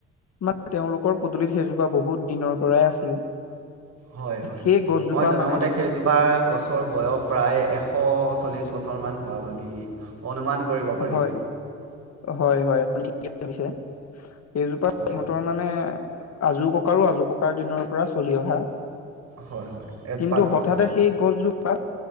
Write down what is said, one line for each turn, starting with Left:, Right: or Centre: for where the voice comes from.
Left: মানে তেওঁলোকৰ পদূলিত, সেইজোপা বহুত দিনৰ পৰাই আছিল।
Right: হয়', হয়',
Left: সেই গছজোপা
Right: মই জনামতে
Left: মানে
Right: সেইযো তাৰ গছৰ বয়স প্ৰায়, এশ চল্লিছ বছৰমান হোৱা বুলি অনুমান কৰিব পাৰি।
Left: হয় হয়, হয়, আপুনি ঠিকেই ভাবিছে! সেইজোপা
Right: হয়
Left: সিহঁতৰ মানে, আজো-ককাৰো, আজো-ককাৰ দিনৰ পৰা চলি অহা।
Right: হয় হয় এজোপা
Left: কিন্তু,
Right: গছ
Left: হঠাতে
Right: আৰু
Left: সেই গছজোপা,